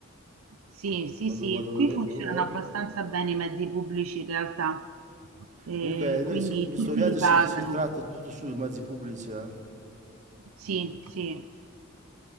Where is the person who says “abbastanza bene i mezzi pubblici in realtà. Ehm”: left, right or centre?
Right